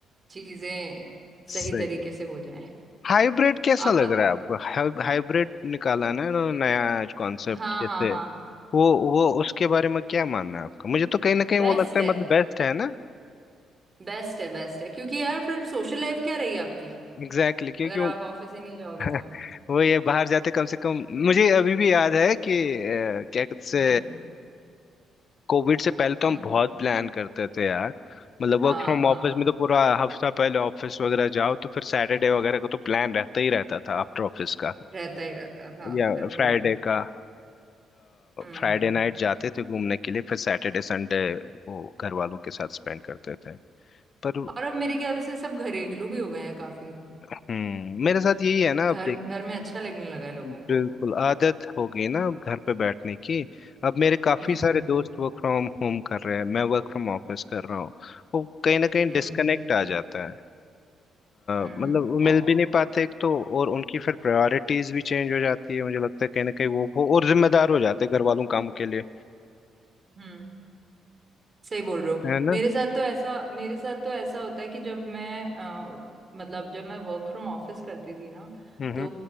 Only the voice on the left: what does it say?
सही
हाइब्रिड कैसा
लग
रहा है आपको हाइ- हाइब्रिड निकाला ना इन्होंने नया कॉन्सेप्ट
जैसे
वो वो उसके बारे में क्या मानना है आपका मुझे तो कहीं ना कहीं
वो लगता
है मतलब बेस्ट है ना
एग्जैक्टली exactly,
क्योंकि वो
<laughs> वो ये बाहर जाते कम से कम मुझे अभी भी याद है कि अ, क्या कहते से
कोविड से पहले तो
हम बहुत प्लान करते थे यार मतलब
वर्क फ्रॉम
ऑफिस में तो पूरा हफ्ता पहले ऑफिस वगैरह जाओ तो फिर सैटरडे वगैरह का तो प्लान रहता ही रहता था आफ्टर ऑफिस का
या
फ्राइडे का
फ्राइडे नाइट जाते थे घूमने के लिए फिर सैटरडे संडे वो घर वालों के साथ स्पेंड करते थे पर
हम्म मेरे साथ यही है ना
अब देख
बिल्कुल
आदत हो गई ना अब घर पे बैठने की अब मेरे काफी
सारे दोस्त वर्क फ्रॉम होम कर रहे हैं मैं वर्क फ्रॉम ऑफिस कर रहा हूँ वो कहीं ना कहीं
डिस्कनेक्ट आ जाता है अ,
मतलब वो मिल
भी नहीं पाते एक तो और उनकी फिर प्रायोरिटीज भी चेंज हो जाती है मुझे लगता है कहीं ना कहीं वो वो और जिम्मेदार हो जाते हैं घर वालों कामों के लिए
है ना
हम्म हम्म